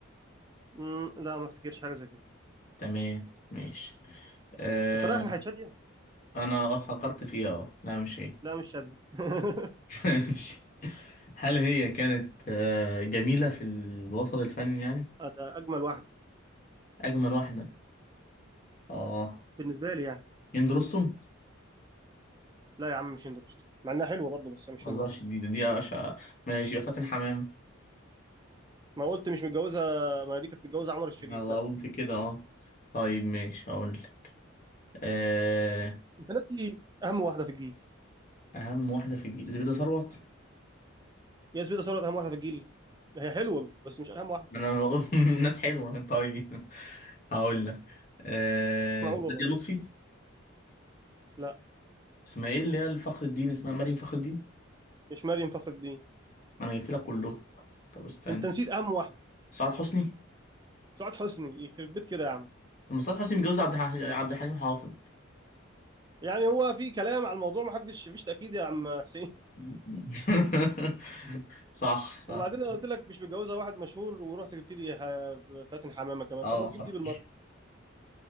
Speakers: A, on the right; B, on the left.
A: مم، لا ما افتكرش حاجه زي كده
B: تمام ماشي آه
A: انت رايح ناحيه شاديه
B: أنا آه، فكرت فيها أه لا مش هي
A: لا مش شاديه <laughs>
B: <laughs> ماشي هل هي كانت آه جميلة في الوسط الفني يعني
A: آه، ده اجمل واحده
B: أجمل واحدة أه
A: بالنسبه لي يعني
B: هند رستم
A: لا يا عم مش هند رستم مع انها حلوه برضه بس مش
B: ما
A: هند
B: تهزرش
A: رستم
B: دي دي أشقى ماشي يبقى فاتن حمام
A: ما قلت مش متجوزه ما دي كانت متجوزه عمر الشريف
B: أنا بقول
A: لا
B: في كده أه طيب ماشي هقول لك. آه،
A: انت ناسي اهم واحده في الجيل
B: أهم واحدة في الجي- زبيدة ثروت
A: يا زبيده ثروت اهم واحده في الجيل هي حلوه بس مش اهم واحده
B: أنا بقول <laughs> ناس حلوة طيب هقول لك آه،
A: مش معقول والله
B: نادية لطفي
A: لا
B: اسمها إيه اللي هي الفخر الدين اسمها مريم فخر الدين
A: مش مريم فخر الدين
B: ما أنا جبت لك كله طب استنى
A: انت نسيت اهم واحده
B: سعاد حسني
A: سعاد حسني يخرب بيت كده يا عم
B: طب ما سعاد حسني متجوز عبد الح- عبد الحليم حافظ
A: يعني هو في كلام على الموضوع ما حدش فيش تاكيد يا عم حسين
B: <laughs> صح صح
A: وبعدين انا قلت لك مش متجوزها واحد مشهور ورحت جبت لي ح- فاتن حمامه كمان
B: اه
A: طب ما تجيب
B: حصل
A: دي بالمره